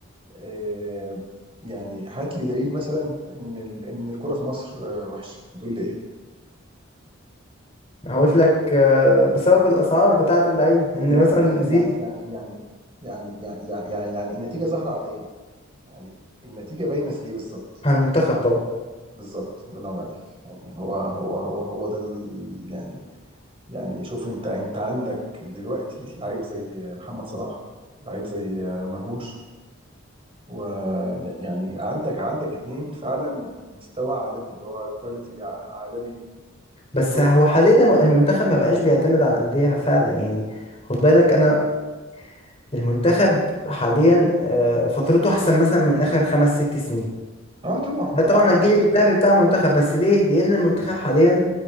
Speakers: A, on the right (about 25°); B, on the left (about 30°).
A: آه يعني هات لي دليل مثلا ان ال- ان الكوره في مصر آه، وحشه هتقول لي ايه؟
B: هقول لك آه، بسبب الاسعار بتاعه اللعيبه ان
A: لا
B: مثلا
A: يعني
B: زي
A: يعني يعني يعني يعني يعني يعني يعني النتيجه ظاهره على ايه؟ يعني النتيجه باينه في ايه بالظبط؟
B: على المنتخب طبعا
A: بالظبط الله ينور عليك يعني هو هو هو هو ده ال- يعني يعني شوف انت انت عندك دلوقتي لعيب زي محمد صلاح لعيب زي آه، مرموش ويعني عندك عندك اتنين فعلا مستوى عالمي اللي هو كواليتي عالمي
B: بس
A: توب
B: هو
A: في
B: حاليا
A: العالم
B: المنتخب ما بقاش بيعتمد على الانديه فعلا يعني خد بالك انا المنتخب حاليا آه، فترته احسن مثلا من اخر خمس ست سنين
A: اه طبعا طبعا
B: طبعا الجيل
A: عشان
B: الذهبي بتاع المنتخب بس ليه لان المنتخب حاليا